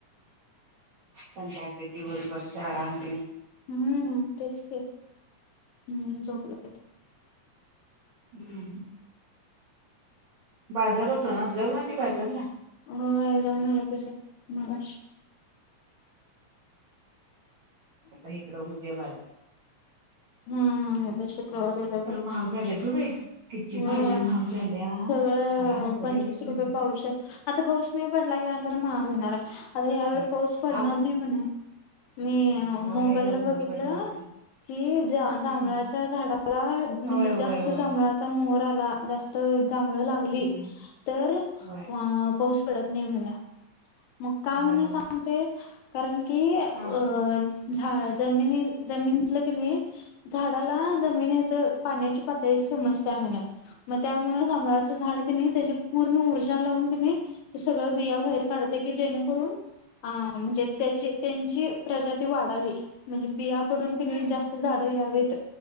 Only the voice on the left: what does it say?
हम्म, तेच की हम्म झोपलाय त.
हो जाऊन आला तस मश.
हम्म. शुक्रवार उद ब
ह
सगळं.
पंचवीस
रुपये पाहू शात. आता पाऊस नाही पडला कींतर महाग होणार आता या्यावेेळी
पाऊस पडणार
नाही म्हणा. मी
मोबाईल
ला बघितलं
की. जांभळाच्या
झाडाला म्हणजे
जास्त
जांभळाचा मोर आला जास्त. तर जांभळ लागली
तर अ
पाऊस पडत नाही म्हला. मग काम
नाही
सांगते कारण की अ.
झाड जमिनी जमिनीतलं की नाही झाडाला जमिनीच. पाण्याची पातळी समजत म्हणा. मग त्यामुळेच आंबळाचं झाड कणे त्याची पूर्ण ऊर्जा लावून घणे. ते सगळं बिया बाहेर काढतऽ. जेणेकरून अ म्हणजे त्या त्यांची प्रजाती वाढावी, म्हणजे बियाऽ. डून क नै
जास्त झाड यावीत,